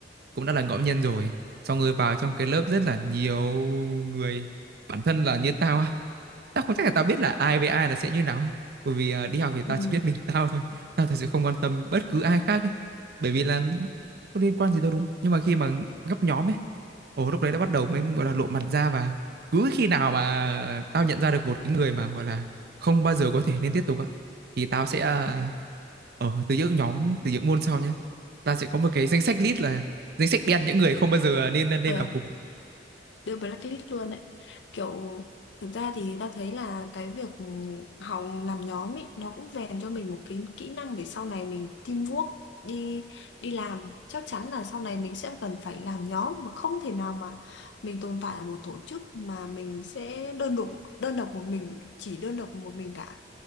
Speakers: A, on the right (about 55°); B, on the left (about 70°).
A: cũng đã là ngẫu nhiên rồi xong rồi vào trong cái lớp rất là nhiều người bản thân là như tao á tao không chắc là tao biết là ai với ai là sẽ như nào ấy bởi vì à, đi học thì tao
B: Ừ.
A: chỉ biết mình tao thôi tao thật sự không quan tâm bất cứ ai khác ấy. bởi vì là có liên quan gì đâu đúng không nhưng mà khi mà gấp nhóm ấy ồ lúc đấy đã bắt đầu mới gọi là lộ mặt ra và cứ khi nào mà tao nhận ra được một cái người mà gọi là không bao giờ có thể nên tiếp tục á thì tao sẽ à,
B: Ờ.
A: ở từ những nhóm từ những môn sau nhé ta sẽ có một cái danh sách list là danh sách đen những người không bao giờ nên nên nên
B: Ờ,
A: làm cùng
B: đưa blacklist luôn đấy kiểu thực ra thì ta thấy là cái việc học làm nhóm ấy nó cũng rèn cho mình một cái kỹ năng để sau này mình teamwork đi đi làm chắc chắn là sau này mình sẽ cần phải làm nhóm mà không thể nào mà mình tồn tại ở một tổ chức mà mình sẽ đơn độc đơn độc một mình chỉ đơn độc một mình cả